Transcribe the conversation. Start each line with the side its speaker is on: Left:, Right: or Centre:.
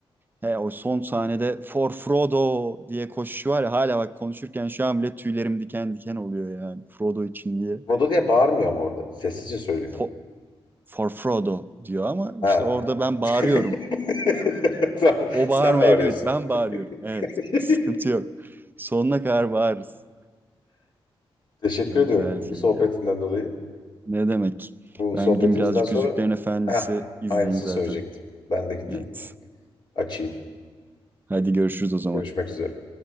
Right: He o son sahnede For Frodo diye koşuşu var ya hala bak konuşurken şu an bile tüylerim diken diken oluyor yani Frodo için diye.
Left: Frodo diye bağırmıyor ama orada. Sessizce söylüyor.
Right: For, For Frodo diyor ama
Left: Ha,
Right: işte orada ben bağırıyorum.
Left: <laughs> Tamam,
Right: O
Left: sen
Right: bağırmayabilir.
Left: bağırıyorsun.
Right: Ben bağırıyorum. Evet.
Left: <laughs>
Right: Sıkıntı yok. Sonuna kadar bağırırız.
Left: Teşekkür
Right: Çok
Left: ediyorum
Right: güzel şeydi
Left: bu sohbetinden
Right: ya.
Left: dolayı.
Right: Ne demek?
Left: Bu
Right: Ben
Left: sohbetimizden
Right: gideyim birazcık
Left: sonra
Right: Yüzüklerin Efendisi
Left: Heh,
Right: izleyeyim
Left: aynısını
Right: zaten.
Left: söyleyecektim. Ben de gideyim,
Right: Evet.
Left: açayım.
Right: Hadi görüşürüz o zaman.
Left: Görüşmek üzere.